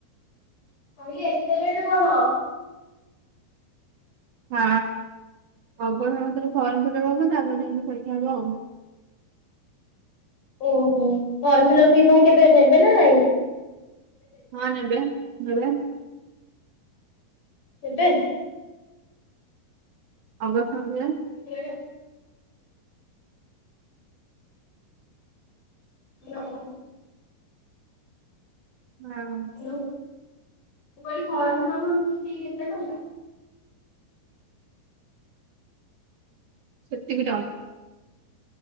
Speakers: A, on the left; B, on the right.
A: କହିଲି ଏତେ ଲେଟ୍ କଣ?
B: ହଁ ହବ ନା ମତରେ ଫର୍ମ ଫିଲପ୍ ହବ ତାପରେ ଯାଇକି ପରୀକ୍ଷା ହବ ଆଉ।
A: ଓହୋ ଫର୍ମ ଫିଲ୍ ଫି କେବେ ନେବେ ନାଇ?
B: ହଁ ନେବେ ନେବେ।
A: ଏବେ।
B: ଅଗଷ୍ଟ ମାସିଆ।
A: ଏ ହ୍ୟାଲୋ।
B: ହଁ।
A: ମୁ କହିଲି ଫର୍ମ ଫିଲପ୍ ଫ୍ରି କେତେ ଟଙ୍କା?
B: ସେତିକି ଟଙ୍କ।